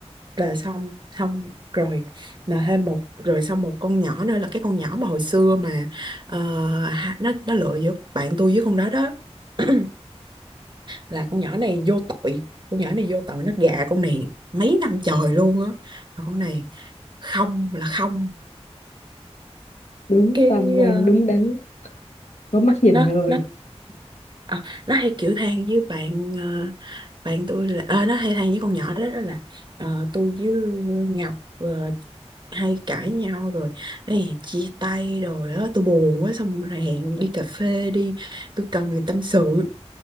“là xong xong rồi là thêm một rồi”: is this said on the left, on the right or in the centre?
Right